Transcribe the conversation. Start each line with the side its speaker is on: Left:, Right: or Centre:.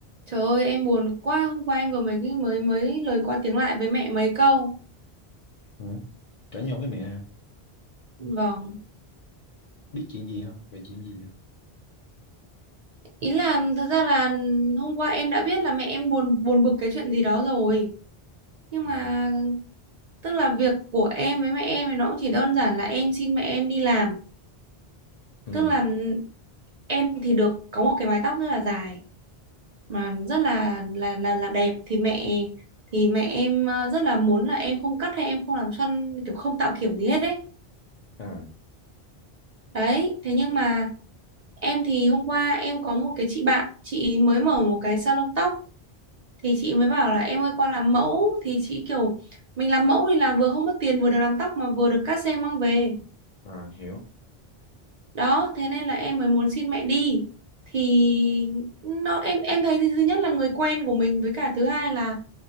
Right: Trời ơi em buồn quá hôm qua em vừa mới mới mới lời qua tiếng lại với mẹ mấy câu.
Left: Ừ. Cãi nhau với mẹ hả?
Right: Vâng.
Left: Biết chuyện gì không? Về chuyện gì không?
Right: Ý là thật ra là hôm qua em đã biết là mẹ em buồn buồn bực cái chuyện gì đó rồi. Nhưng
Left: À,
Right: mà tức là việc của em với mẹ em thì nó cũng chỉ đơn giản là em xin mẹ em đi làm.
Left: ừ,
Right: Tức là em thì được có một cái mái tóc rất là dài mà rất là là là là đẹp thì mẹ thì mẹ em ờ, rất là muốn là em không cắt hay em không làm xoăn kiểu không tạo kiểu gì hết đấy.
Left: à,
Right: Đấy, thế nhưng mà Em thì hôm qua em có một cái chị bạn, chị ý mới mở một cái salon tóc thì chị mới bảo là em ơi qua làm mẫu thì chị kiểu mình làm mẫu thì là vừa không mất tiền vừa được làm tóc mà vừa được cát xe mang về.
Left: à, hiểu.
Right: Đó, thế nên là em mới muốn xin mẹ đi. Thì nó em em thấy thứ nhất là người quen của mình với cả thứ hai là